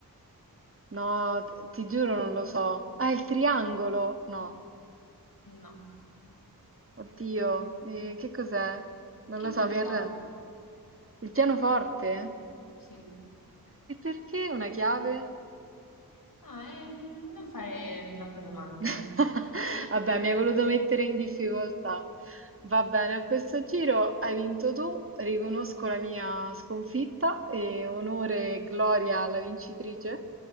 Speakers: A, on the right; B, on the left.
A: No, t- ti giuro non lo so. Ah, il triangolo? No.
B: No.
A: Oddio, eh, che cos'è? Non
B: Il
A: lo so,
B: pianoforte,
A: mi arrendo. Il pianoforte?
B: sì.
A: E perché una chiave?
B: Ah, e non fare troppe domande.
A: <laughs> Vabbè, mi hai voluto mettere in difficoltà. Va bene, a questo giro hai vinto tu, riconosco la mia sconfitta e onore e gloria alla vincitrice.